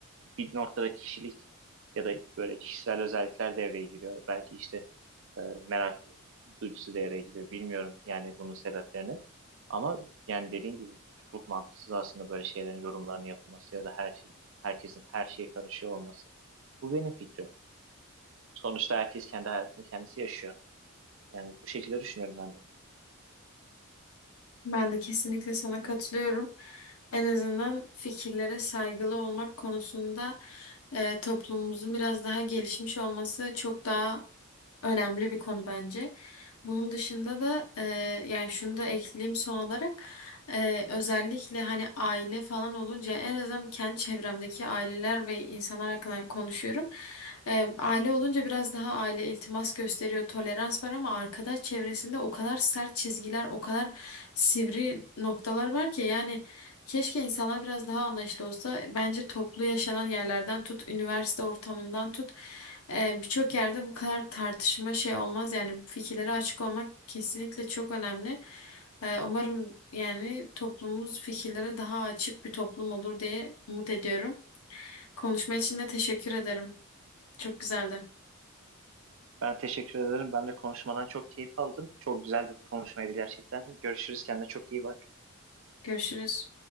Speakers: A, on the right (about 60°); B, on the left (about 80°).
A: bir noktada kişilik ya da böyle kişisel özellikler devreye giriyor. Belki işte e, merak duygusu devreye giriyor. Bilmiyorum yani bunun sebeplerini. Ama yani dediğim gibi çok mantıksız aslında böyle şeylerin yorumlarını yapılması ya da her şey, herkesin her şeye karışıyor olması. Bu benim fikrim. Sonuçta herkes kendi hayatını kendisi yaşıyor. Yani bu şekilde düşünüyorum ben de.
B: Ben de kesinlikle sana katılıyorum. En azından fikirlere saygılı olmak konusunda e, toplumumuzun biraz daha gelişmiş olması çok daha Önemli bir konu bence. Bunun dışında da e, yani şunu da ekleyeyim son olarak E, özellikle hani aile falan olunca en azından kendi çevremdeki aileler ve insanlar hakkında konuşuyorum. E, aile olunca biraz daha aile iltimas gösteriyor, tolerans var ama arkadaş çevresinde o kadar sert çizgiler, o kadar sivri noktalar var ki yani Keşke insanlar biraz daha anlayışlı olsa. Bence toplu yaşanan yerlerden tut, üniversite ortamından tut. e, birçok yerde bu kadar tartışma şey olmaz. Yani fikirlere açık olmak kesinlikle çok önemli. E, umarım yani toplumumuz fikirlere daha açık bir toplum olur diye umut ediyorum. Konuşma için de teşekkür ederim. Çok güzeldi.
A: Ben teşekkür ederim. Ben de konuşmadan çok keyif aldım. Çok güzel bir konuşmaydı gerçekten. Görüşürüz. Kendine çok iyi bak.
B: Görüşürüz.